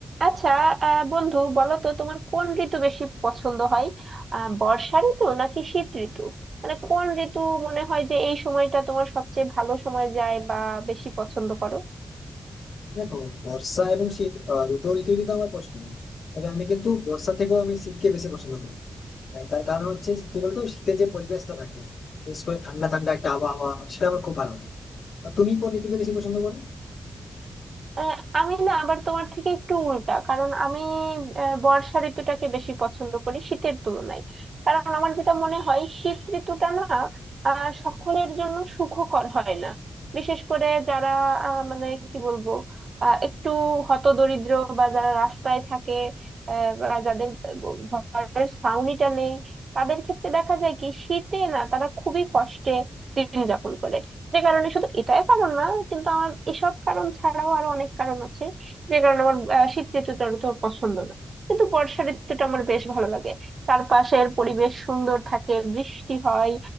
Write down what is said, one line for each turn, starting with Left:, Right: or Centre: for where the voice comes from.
Right: আচ্ছা আহ, বন্ধু বলো তো তোমার কোন ঋতু বেশি পছন্দ হয় আহ, বর্ষা ঋতু নাকি শীত ঋতু মানে কোন ঋতু মনে হয় যে এই সময়টা তোমার সবচেয়ে ভালো সময় যায় বা বেশি পছন্দ করো
Left: দেখো বর্ষা এবং শীত আহ, দুটো ঋতুই কিন্তু আমার পছন্দ তবে আমি কিন্তু বর্ষা থেকেও আমি শীতকে বেশি পছন্দ করি আহ, তার কারণ হচ্ছে কি বলতো শীতের যে পরিবেশটা থাকে বিশেষ করে ঠান্ডা ঠান্ডা একটা আবহাওয়া সেটা আমার খুব ভালো লাগে। আর তুমি কোন ঋতুকে বেশি পছন্দ করো
Right: আহ, আমি না আবার তোমার থেকে একটু উল্টা কারণ আমি আহ, বর্ষা ঋতুটাকে বেশি পছন্দ করি শীতের তুলনায় কারণ আমার যেটা মনে হয় শীত ঋতুটা না আহ, সকলের জন্য সুখকর হয় না বিশেষ করে যারা আহ, মানে কি বলবো আহ, একটু হতদরিদ্র বা যারা রাস্তায় থাকে আহ, বা যাদের ঘরের ছাউনিটা নেই তাদের ক্ষেত্রে দেখা যায় কি শীতে না তারা খুবই কষ্টে দিন যাপন করে যে কারণে শুধু এটাই কারণ না কিন্তু আমার এসব কারণ ছাড়াও আরো অনেক কারণ আছে যে কারণে আমার আহ, শীত ঋতুটা তো পছন্দ না কিন্তু বর্ষা ঋতুটা আমার বেশ ভালো লাগে চারপাশের পরিবেশ সুন্দর থাকে বৃষ্টি হয়